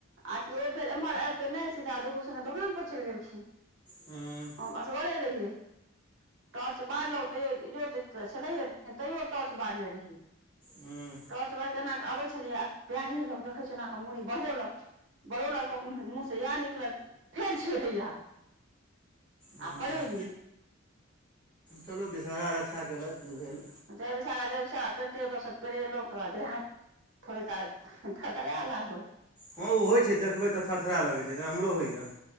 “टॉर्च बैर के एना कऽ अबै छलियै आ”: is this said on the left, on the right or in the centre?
Right